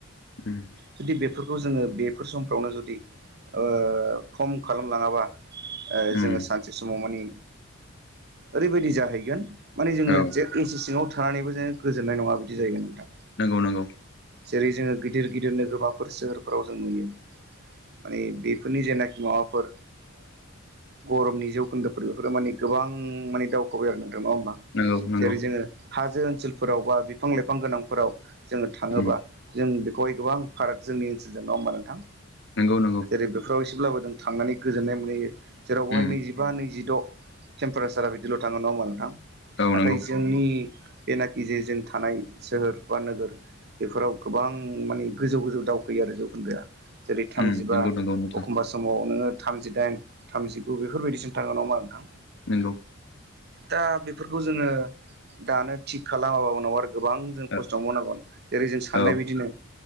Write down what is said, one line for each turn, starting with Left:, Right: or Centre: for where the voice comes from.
Left: उम
Right: जुदि बेफोर खौ जोङो बेफोर समफ्रावनो जुदि ओ खम खालामलाङाबा ओ
Left: उम
Right: जोङो सानसे समाव मानि ओरैबायदि जाहैगोन माने जोङो
Left: औ
Right: जे ऐसि सिङाव थानानैबो जोङो गोजोननाय नङा बिदि जाहैगोन नोंथां।
Left: नंगौ नंगौ।
Right: जेरै जोङो गिदिर गिदिरनो नोगोरमाफोर सोहोरफोराव जों नुयो। माने बेफोरनि जेनाखि माबाफोर ओ गरमनि जौखोन्दोफोर बेफोरो माने गोबां माने दावखौबाय आरो नोंथां। नङाहोमबा?
Left: नंगौ नंगौ
Right: जेरै जोङो हाजो ओनसोलफोरावबा बिफां-लाइफां गोनांफोराव जोङो थाङोबा
Left: उम
Right: जों बेखौहाय गोबां फाराग जोंनि ओनसोलजों नङा होनबा नोंथां?
Left: नंगौ नंगौ
Right: जेरै बेफोराव एसेब्लाबो जों थांनानै गोजोननाय मोनहैयो जेराव बेवहाय
Left: उम
Right: नैजिबा नैजिद' टेमपारेचारा बिदिल' थाङो नङाहोमबा नोंथां?
Left: औ
Right: नाथाय
Left: नंगौ
Right: जोंनि एनाखि जे जों थानाय सोहोर बा नोगोर बेफोराव गोबां माने गोजौ गोजौ दावखैयो आरो जौखोन्दोआ। जेरै थामजिबा
Left: उम नंगौ नंगौ नोंथां
Right: एखमबा समाव नोंङो थामजिदाइन थामजिगु बेफोरबायदिसिम थांङो नंङा होमबा नोंथां?
Left: नंगौ।
Right: दा बेफोरखौ जोंङो दानो थिग खालामाबा उनाव आरो गोबां जों
Left: ओ
Right: खस्थ' मावनांगोन जेरै जों साननाय
Left: औ
Right: बायदिनो